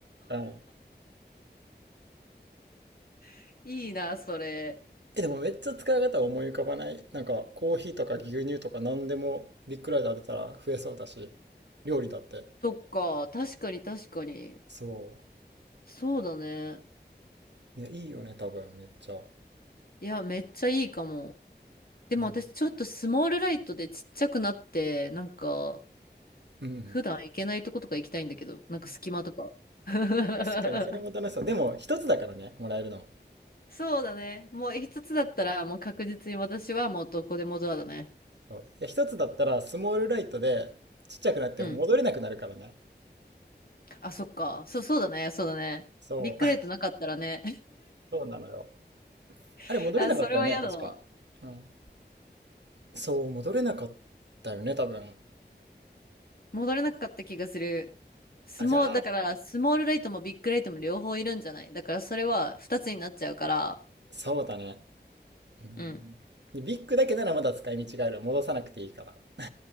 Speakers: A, on the right; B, on the left.
A: うん。
B: <laughs> いいな、それ。
A: え、でもめっちゃ使い方は思い浮かばない。なんか、コーヒーとか牛乳とか何でもビッグライト当てたら増えそうだし、料理だって。
B: そっか、確かに確かに。
A: そ
B: そうだね。
A: う。ね、いいよね、多分、めっちゃ。
B: いや、めっちゃいいかも。でも私ちょっとスモールライトでちっちゃくなって、
A: ね。
B: なんか、
A: うん。
B: 普段行けないとことか行きたいんだけど、なんか隙間とか。<laughs>
A: 確かに、それも楽しそう。でも、一つだからね、もらえるの。
B: そうだね。もう一つだったら、もう確実に私はもうどこでもドアだね。
A: そう。いや、一つだったら、スモールライトで、ちっちゃくなって戻れなくなるからね。
B: うん。あ、そっか。そう、そうだね。そうだね。
A: そう。
B: ビッグライトなかったらね。
A: <laughs> そうなのよ。
B: <laughs>
A: あれ、戻れなかったよね、
B: あ、それは嫌だわ。
A: 確か。うん。そう、戻れなかったよね、多分。
B: 戻れなかった気がする。スモー、
A: あ、じゃあ、
B: だから、スモールライトもビッグライトも両方いるんじゃないだから、それは二つになっちゃうから。
A: そうだね。うん。
B: うん。
A: でビッグだけならまだ使い道がある。戻さなくていいから。